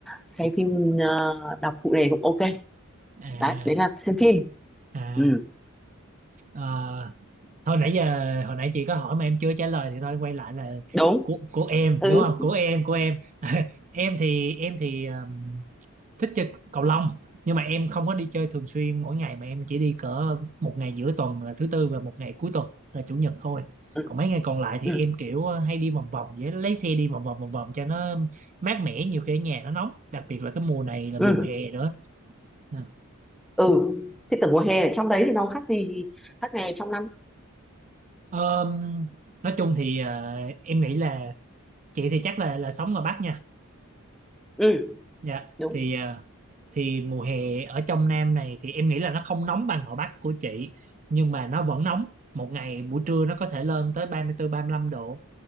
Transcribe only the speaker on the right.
à
à
ờ, thôi nãy giờ hồi nãy chị có hỏi mà em chưa trả lời thì thôi quay lại là
của của em
đúng không của em của em <laughs> em thì em thì ờm, thích chơi cầu lông nhưng mà em không có đi chơi thường xuyên mỗi ngày mà em chỉ đi cỡ một ngày giữa tuần là thứ tư và một ngày cuối tuần là chủ nhật thôi
còn mấy ngày còn lại thì
em kiểu hay đi vòng vòng vậy lấy xe đi vòng vòng vòng vòng cho nó mát mẻ nhiều khi ở nhà nó nóng đặc biệt là cái mùa này là
mùa hè nữa Nè.
Ờm, nói chung thì ờ, em nghĩ là chị thì chắc là là sống ở Bắc nha
dạ
thì ờ, thì mùa hè ở trong Nam này thì em nghĩ là nó không nóng bằng ở Bắc của chị nhưng mà nó vẫn nóng một ngày buổi trưa nó có thể lên tới 34 35 độ